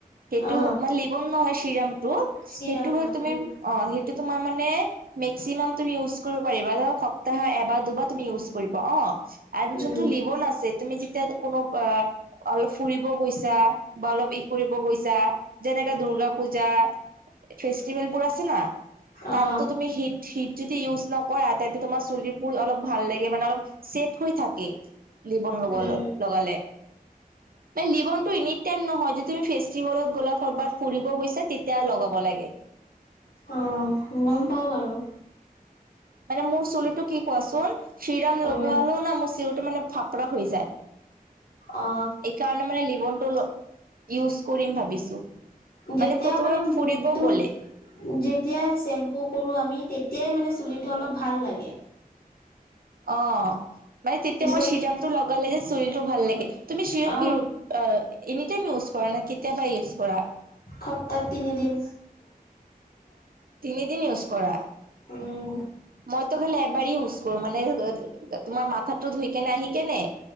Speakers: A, on the right; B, on the left.
A: সেইটো
B: অ
A: মান লিবন নহয় চিৰামটো, সেইটো
B: চিৰাম
A: হ'ল
B: হয়
A: তুমি
B: উম
A: অ' সেইটো তোমাৰ মানে মেক্সিমাম তুমি ইউজ কৰিব পাৰিবা, ধৰক সপ্তাহ এবাৰ দুবাৰ তুমি ইউজ কৰিবা। অ' আৰু
B: উম
A: জোনটো লিবন আছে, তুমি যেতিয়া কোনো অ অলপ ফুৰিব গৈছা বা অলপ ফুৰিব গৈছা, যেনেকে দুৰ্গাপূজা ফে ভেলবোৰ আছে না,
B: অ
A: তাতটো তুমি হিট হিট যদি ইউজ নকৰা তাতে তোমাৰ চুলিৰবোৰ অলপ ভাল লাগে, মানে অলপ ছেট হৈ থাকে। লিবন লগ
B: উম
A: লগালে। এই লিবনতটো এনে এনিটাইম নহয়, যেতিয়া তুমি ফেষ্টিভেলত গ'লা ক'ৰবাত ফুৰিব গৈছা তেতিয়া লগাব লাগে।
B: অ' গ'ম পাঁও বাৰু।
A: মানে মোৰ চুলিটো কি কোৱাচোন চিৰাম লগোৱালো
B: অ
A: না মোৰ চি মানে ফাপৰা হৈ যায়।
B: অ
A: এইকাৰণে মানে লিবনটো ইউজ কৰিম ভাবিছো।
B: যেতিয়া
A: কতোবা
B: মানে মুৰটোত
A: ফুৰিব গ'লে
B: যেতিয়া চেম্পু কৰো আমি তেতিয়াই মানে চুলিটো অলপ ভাল লাগে।
A: অ'। মানে তেতিয়া
B: পিছত
A: মই চিৰাম টো লগালে যে, চুলিটো ভাল লাগে, তুমি চিৰিম
B: অ
A: কি এনিটাইম ইউজ কৰা নে কেতিয়াবা ইউজ কৰা।
B: সপ্তাত তিনিদিন।
A: তিনিদিন ইউজ কৰা।
B: উম
A: মইতো খালি এবাৰেই ইউজ কৰো। মানে তোমাৰ মাথাটো ধুই কেনে, আহি কেনে।